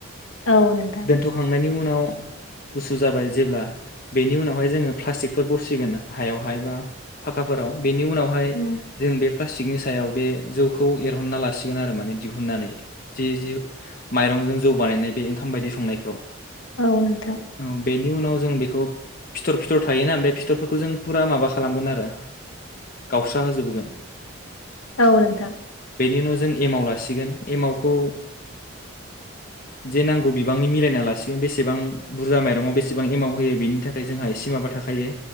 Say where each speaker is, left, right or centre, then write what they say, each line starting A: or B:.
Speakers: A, on the left; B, on the left.
A: औ नोंथां
B: दोनथ'खांनायनि उन उनाव गुसु जाबाय जेब्ला बेनि उनावहाय जोङो प्लास्टिकफोर बसिगोन हायावहाय बा फाखाफोराव बेनि उनावहाय
A: औ
B: जों बे प्लासटिकनि सायाव बे जौखौ एरनना लासिगोन आरो माने दिहुननानै जे‌ जे‌ माइरंजों जौ बानायनाय बे ओंखाम ओंखाम बायदि संनायखौ
A: औ नोंथां
B: औ बेनि उनाव जों बेखौ फिथर फिथर थायोना बे फि थरफोरखौ जों फुरा माबा खालामगोन आरो गावस्रा होजोबबोगोन
A: औनोथां
B: उनाव जों एमाव लासिगोन एमावखौ जि नांगौ बिबांनि मिलायना लासिगोन बेसेबां बुरजा माइरङाव बेसेबां एमाव होयो बेनि थाखाय जोंहा एसे माबा थाखायो